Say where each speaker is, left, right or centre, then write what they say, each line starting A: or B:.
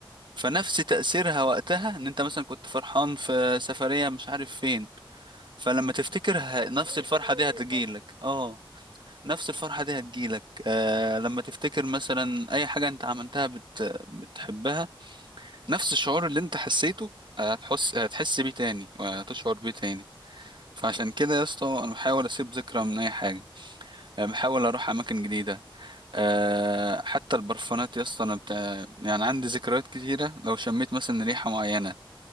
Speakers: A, on the right; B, on the right.
A: فنفس تأثيرها وقتها ان انت مثلا كنت فرحان في سفرية مش عارف فين فلما تفتكرها نفس
B: لا أول
A: الفرحة
B: سفرية
A: دي
B: لأي
A: هتجيلك
B: حد
A: اه نفس الفرحة دي هتجيلك آه لما تفتكر مثلا أي حاجة أنت عملتها بت... بتحبها نفس الشعور اللي أنت حسيته آه، هتحس هتحس بيه تاني وهتشعر بيه تاني فعشان كده يا اسطى أنا بحاول أسيب ذكرى من أي حاجة آه، بحاول أروح أماكن جديدة آه حتى البرفانات يا اسطى أنا بت... يعني عندي ذكريات كتيرة لو شميت مثلا ريحة معينة